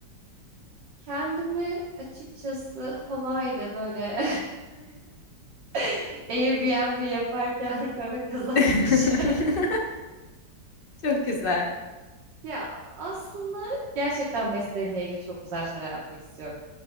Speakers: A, on the right; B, on the left.
A: Kendimi açıkçası Hawaii'de böyle <laughs> Airbnb yaparken <laughs> para kazanmış
B: <laughs>
A: <laughs>
B: Çok güzel.
A: Ya aslında gerçekten mesleğimle ilgili çok güzel şeyler yapmak istiyorum.